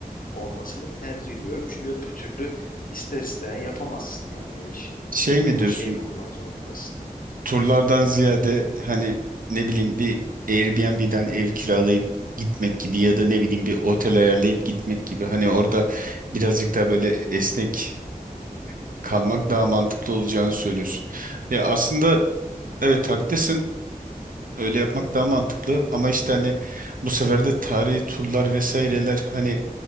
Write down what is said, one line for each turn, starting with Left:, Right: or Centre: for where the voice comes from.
Left: olmasını tercih ediyorum. Çünkü öbür türlü ister isteyen yapamazsın yani o işi.
Right: Şey mi
Left: O
Right: diyorsun?
Left: şeye uymak zorundasın.
Right: turlardan ziyade hani ne bileyim bir Airbnb'den ev kiralayıp gitmek gibi ya da ne bileyim bir otel ayarlayıp gitmek gibi hani orada birazcık daha böyle esnek kalmak daha mantıklı olacağını söylüyorsun. Ya aslında evet haklısın. Öyle yapmak daha mantıklı ama işte hani bu sefer de tarihi turlar vesaireler hani